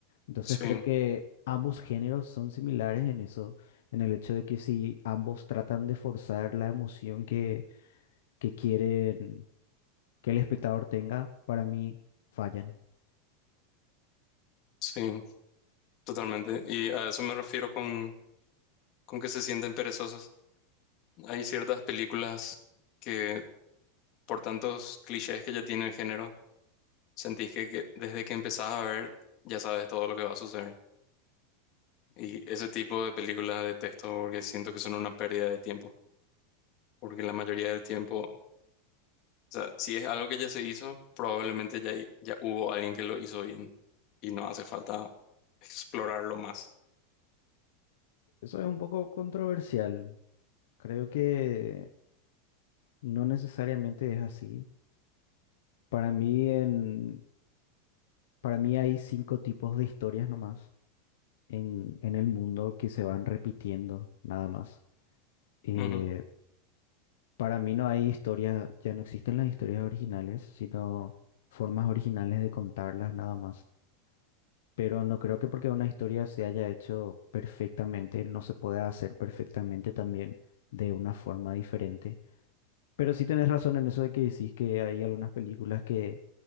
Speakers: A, on the left; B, on the left.
A: Entonces
B: Sí,
A: creo que ambos géneros son similares en eso, en el hecho de que si ambos tratan de forzar la emoción que, que quieren que el espectador tenga, para mí fallan.
B: sí, totalmente. Y a eso me refiero con, con que se sienten perezosas. Hay ciertas películas que, por tantos clichés que ya tiene el género, sentís que, que desde que empezás a ver ya sabes todo lo que va a suceder. Y ese tipo de películas detesto porque siento que son una pérdida de tiempo. Porque la mayoría del tiempo, o sea, si es algo que ya se hizo, probablemente ya, hay- ya hubo alguien que lo hizo bien y no hace falta explorarlo más.
A: Eso es un poco controversial. Creo que no necesariamente es así. Para mí, en, para mí hay cinco tipos de historias nomás en, en el mundo que se van repitiendo, nada más. Eh,
B: Ujú,
A: Para mí no hay historias, ya no existen las historias originales, sino formas originales de contarlas nada más. Pero no creo que porque una historia se haya hecho perfectamente, no se pueda hacer perfectamente también de una forma diferente. Pero sí tenés razón en eso de que decís que hay algunas películas que